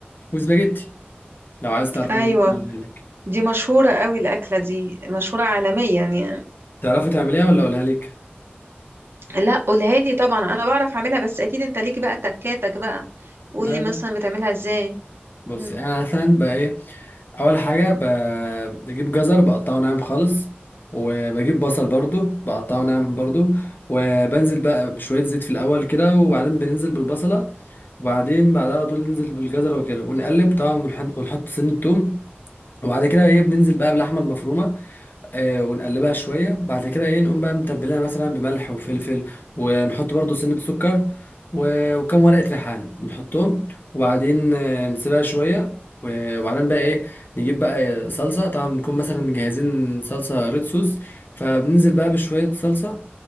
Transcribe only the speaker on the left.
وسباجيتي لو عايز تعرف
أنا ممكن أعملها لك
تعرفي تعمليها ولا أقولها لك؟
لا
بص
أنا مثلا بقى إيه أول حاجة ب- بجيب جزر بقطعه ناعم خالص وبجيب بصل برضو بقطعه ناعم برضو وبنزل بقى بشوية زيت في الأول كده وبعدين بننزل بالبصلة وبعدين بعدها على طول ننزل بالجزرة وكده ونقلب طبعا ونحط ونحط سن التوم وبعد كده ايه بننزل بقى باللحمه المفرومه آه ونقلبها شويه بعد كده ايه نقوم بقى متبلينها مثلا بملح وفلفل ونحط برضو سنه سكر و- وكم ورقه ريحان نحطهم وبعدين آه نسيبها شويه و- وبعدين بقى ايه نجيب بقى صلصه طبعا بنكون مثلا مجهزين صلصه ريد صوص فبننزل بقى بشويه صلصه